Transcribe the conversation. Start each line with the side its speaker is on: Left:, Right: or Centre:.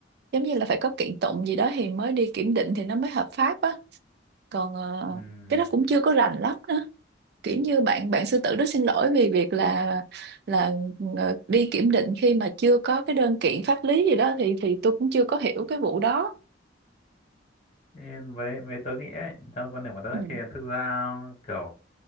Right: giống như là phải có kiện tụng gì đó thì mới đi kiểm định thì nó mới hợp pháp á còn ờ,
Left: Ừm,
Right: cái đó cũng chưa có rành lắm kiểu như bạn bạn sư tử rất xin lỗi vì việc là là ờ, đi kiểm định khi mà chưa có cái đơn kiện pháp lý gì đó thì thì tôi cũng chưa có hiểu cái vụ đó
Left: Nên với với tớ nghĩ ấy, theo quan điểm của tớ
Right: Ừ.
Left: thì thực ra kiểu